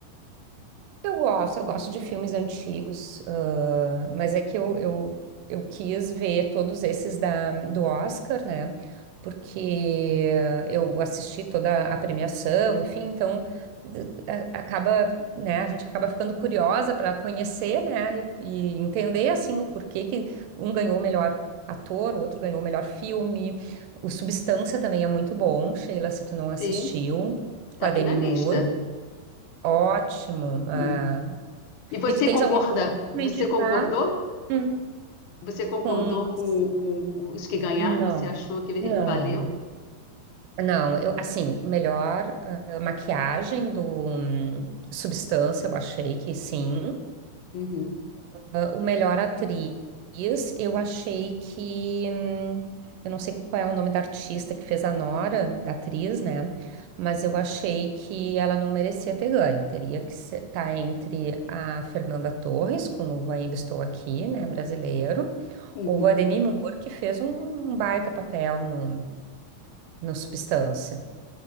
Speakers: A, on the right (about 75°); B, on the left (about 80°).
A: Eu gosto, eu gosto de filmes antigos, ãh, mas é que eu, eu, eu quis ver todos esses da, do Oscar, né? Porque eu assisti toda a premiação, enfim, então d- a- acaba, né? A gente acaba ficando curiosa para conhecer, né? E, e entender assim o porquê que um ganhou o melhor ator, o outro ganhou o melhor filme. O Substância também é muito bom, Sheila, se tu não assistiu,
B: Sim, tá
A: com a
B: aqui
A: Demi
B: na lista.
A: Moore. Ótimo. ah.
B: Hum. E você
A: E tu tens
B: concorda?
A: alguma coisa pra
B: Você
A: me indicar?
B: concordou?
A: Hum.
B: Você concordou
A: Com
B: com,
A: os-
B: com os que ganharam?
A: Não,
B: Você achou que ele
A: não.
B: valeu?
A: Não, eu, assim, melhor ah, maquiagem do hum, Substância, eu achei que sim.
B: Uhum,
A: Ah, o melhor atriz, eu achei que. hum, eu não sei qual é o nome da artista que fez a Nora, da atriz, né? Mas eu achei que ela não merecia ter ganho. Teria que estar entre a Fernanda Torres, com o Ainda Estou Aqui, né? Brasileiro.
B: uhum.
A: O Ademir Moura, que fez um, um baita papel no, no Substância.